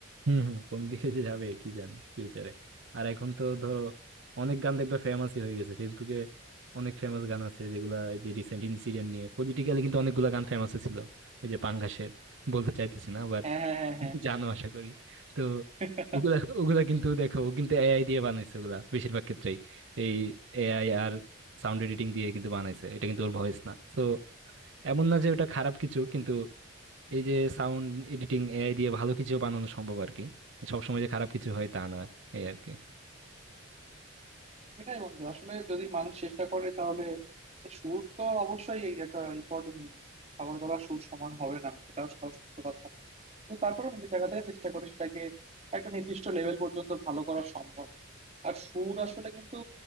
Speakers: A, on the right; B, on the right.
A: হম হম কোন দিকে যে যাবে কি জানি ফিউচারে আর এখন তো ধরো অনেক গান দেখবে ফেমাসই হয়ে গেছে ফেসবুকে অনেক ফেমাস গান আছে যেগুলা এই যে রিসেন্ট ইনসিডেন্ট নিয়ে পলিটিক্যালি কিন্তু অনেকগুলা গান ফেমাস ছিল ওই যে পাঙ্গাসের বলতে চাইতেছি না বাট
B: হ্যাঁ হ্যাঁ হ্যাঁ হ্যাঁ
A: জানো আশা করি তো
B: হ্যাঁ
A: ওগুলা ওগুলা কিন্তু দেখো ও কিন্তু এআই দিয়ে বানাইছে ওগুলা বেশিরভাগ ক্ষেত্রেই এই এআই আর সাউন্ড এডিটিং দিয়ে কিন্তু বানাইছে এটা কিন্তু ওর ভয়েস না তো এমন না যে ওটা খারাপ কিছু কিন্তু এই যে সাউন্ড এডিটিং এআই দিয়ে ভালো কিছু বানানো সম্ভব আর কি সবসময় যে খারাপ কিছু হয় তা না এই আর কি
B: সেটাই বন্ধু আসলে যদি মানুষ চেষ্টা করে তাহলে সুর তো অবশ্যই এই একটা ইম্পর্টেন্ট জিনিস খাবার গলার সুর সমান হবে না এটা সব সত্য কথা তো তারপরে নিজের জায়গা থেকে চেষ্টা করে সেটাকে একটা নির্দিষ্ট লেভেল পর্যন্ত ভালো করা সম্ভব আর সুর আসলে কিন্তু